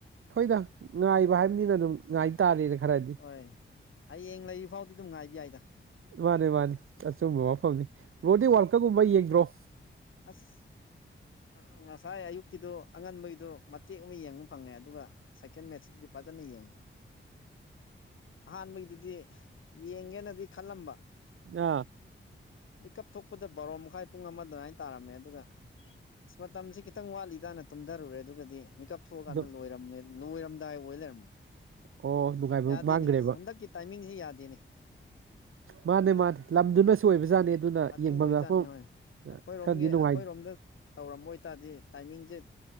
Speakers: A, on the right; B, on the left.
A: ꯍꯣꯏꯗꯥ ꯉꯥꯏꯕ ꯍꯥꯏꯕꯅꯤꯅ ꯑꯗꯨꯝ ꯉꯥꯏ ꯇꯥꯔꯦꯅ ꯈꯔꯗꯤ
B: ꯍꯣꯏ ꯍꯌꯦꯡ ꯂꯩꯔꯤ ꯐꯥꯎꯗꯤ ꯑꯗꯨꯝ ꯉꯥꯏꯕ ꯌꯥꯏꯗ
A: ꯃꯥꯅꯦ ꯃꯥꯅꯤ ꯑꯆꯨꯝꯕ ꯋꯥꯐꯝꯅꯤ ꯕ꯭ꯔꯣꯗꯤꯡ ꯋꯥꯔꯜꯀꯞꯀꯨꯝꯕ ꯌꯦꯡꯗ꯭ꯔꯣ
B: ꯑꯁ ꯎꯝ ꯉꯁꯥꯏ ꯑꯌꯨꯛꯀꯤꯗꯣ ꯑꯉꯟꯕꯒꯤꯗꯣ ꯃꯇꯦꯛ ꯑꯃ ꯌꯦꯡꯕ ꯐꯪꯉꯦ ꯑꯗꯨꯒ ꯁꯥꯏꯀꯦꯟ ꯃꯦꯠꯁꯇꯨꯗꯤ ꯐꯖꯅ ꯌꯦꯡꯉꯦ
A: <inaudible>
B: ꯑꯍꯥꯟꯕꯒꯤꯗꯨꯗꯤ ꯌꯦꯡꯒꯦꯅꯗꯤ ꯈꯜꯂꯝꯕ
A: ꯑ
B: ꯃꯤꯀꯞ ꯊꯣꯛꯄꯗ ꯕꯥꯔꯣ ꯃꯈꯥꯏ ꯄꯨꯡ ꯑꯃ ꯑꯗꯨꯃꯥꯏꯟ ꯇꯥꯔꯝꯃꯦ ꯑꯗꯨꯅ ꯑꯁ ꯃꯇꯝꯁꯦ ꯈꯤꯇꯪ ꯋꯥꯠꯂꯤꯗꯥꯅ ꯇꯨꯝꯗꯔꯨꯔꯦ ꯑꯗꯨꯒꯗꯤ ꯃꯤꯀꯞ ꯊꯣꯛꯑꯀꯥꯟꯗ
A: ꯑꯗꯨ
B: ꯂꯣꯏꯔꯝꯃꯦ ꯂꯣꯏꯔꯝꯗꯥꯏ ꯑꯣꯏ ꯂꯩꯔꯝꯃꯦ
A: ꯑꯣ ꯅꯨꯡꯉꯥꯏꯕ
B: ꯌꯥꯗꯦꯅꯧ
A: ꯃꯥꯡꯈ꯭ꯔꯦꯕ
B: ꯍꯟꯗꯛꯀꯤ ꯇꯥꯏꯃꯤꯡꯁꯤ ꯌꯥꯗꯦꯅꯤ
A: ꯃꯥꯅꯦ ꯃꯥꯅꯦ ꯂꯝꯗꯨꯅꯁꯨ ꯑꯣꯏꯕꯖꯥꯠꯅꯤ ꯑꯗꯨꯅ
B: ꯑꯗꯨ
A: ꯌꯦꯡꯐꯝ
B: ꯑꯣꯏꯕꯖꯥꯠꯅꯤ
A: ꯂꯥꯛꯐꯝ
B: ꯍꯣꯏ ꯑꯩꯈꯣꯏꯔꯣꯝꯒꯤ
A: ꯈꯔꯗꯤ ꯅꯨꯡꯉꯥꯏ
B: ꯑꯩꯈꯣꯏꯔꯣꯝꯗ ꯇꯧꯔꯝꯕ ꯑꯣꯏꯇꯥꯔꯗꯤ ꯇꯥꯏꯃꯤꯡꯁꯦ